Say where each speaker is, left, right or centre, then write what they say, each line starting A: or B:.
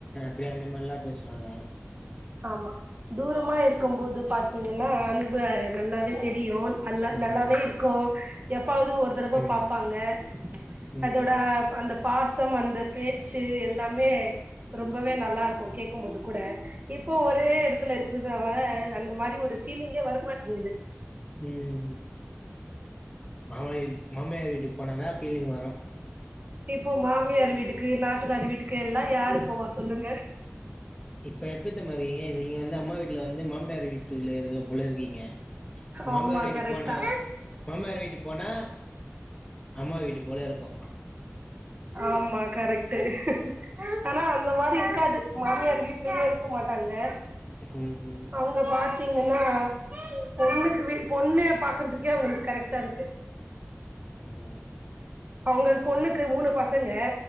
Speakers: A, on the left; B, on the right.
A: அப்படி அந்த மாரிலா பேசுவாங்க
B: ஆமா தூரமா இருக்குபோது பாத்தீங்னா அன்பு நல்லாவே தெரியு அல்ல
A: ஆமா
B: நல்லாவே இருக்கு எப்பாது ஒரு தடவ
A: ம்
B: பாப்பாங்க
A: ம்
B: அதோட அந்த பாசம் அந்த பேச்சு எல்லாமே ரொம்பவே நல்லாருக்கு கேக்குபோது கூட இப்போ ஒரே எடத்துல இருக்களதுனால அந்த மாரி ஒரு ஃபீலிங்கே வரமாட்டேங்குது
A: ம் மாம மாமியார் வீட்டுக்கு போன தா ஃபீலிங் வரு
B: இப்போ மாமியார் வீட்டுக்கு நாத்தனார் வீட்டுக்கு எல்லா யாரு போவா சொல்லுங்க
A: இப்ப எப்டி தெரிமா இருக்கீங்க நீங்க வந்து அம்மா வீட்ல வந்து மாமியார் வீட்டுல இருக்க போல இருக்கீங்க மாமியார்
B: ஆமா
A: வீட்டு
B: கரெக்ட்
A: போனா
B: தா
A: மாமியார் வீட்டு போனா அம்மா வீடு போல இருக்கு
B: ஆம்மா கரெக்ட்டு அனா அந்த மாரி இருக்காது மாமியார் வீட்லயே இருக்க மாட்டாங்க
A: ம் ம்
B: அவுங்க பாத்தீங்கன்னா பொண்ணுக்கு வீ பொண்ணே பாக்கற்துக்கே அவுங்களுக்கு கரெக்ட்டாருக்கு
A: ஒ ஒ
B: அவங்க பொண்ணுக்கு மூணு பசங்க